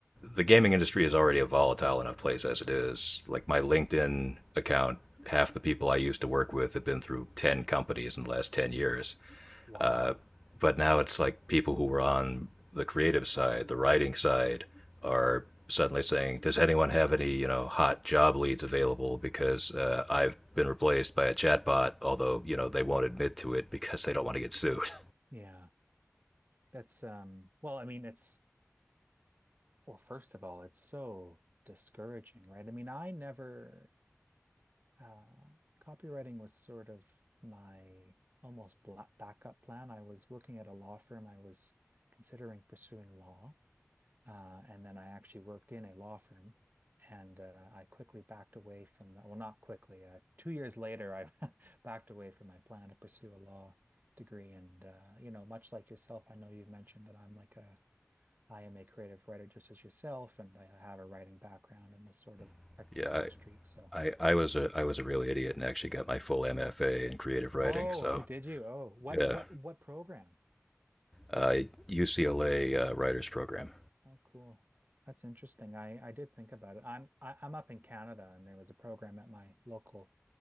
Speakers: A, in the centre; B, on the right.
A: the gaming industry is already a volatile enough place as it is. Like my LinkedIn account, half the people I used to work with have been through ten companies in the last ten years.
B: Wow.
A: Uh, but now it's like people who were on the creative side, the writing side, are suddenly saying, "Does anyone have any you know hot job leads available?" Because uh, I've been replaced by a chatbot, although you know they won't admit to it because they don't want to get sued.
B: Yeah. That's um well, I mean, it's Well, first of all, it's so discouraging, right? I mean, I never, uh, copywriting was sort of my almost bla backup plan. I was working at a law firm. I was considering pursuing law. Uh, and then I actually worked in a law firm and uh, I quickly backed away from that. Well, not quickly. Uh, two years later, I <laughs> backed away from my plan to pursue a law degree. And, uh, you know, much like yourself, I know you mentioned that I'm like a I am a creative writer just as yourself, and I have a writing background and this sort of
A: <laughs>
B: artistic
A: yeah,
B: streak. So,
A: I, I, I was a I was a real idiot and actually got my full MFA in creative writing,
B: oh,
A: so
B: oh, did you? Oh, what,
A: Yeah,
B: what, what program?
A: uh, UCLA uh, writers
B: UCLA.
A: program.
B: Oh, cool. That's interesting. I I did think about it. I'm I, I'm up in Canada, and there was a program at my local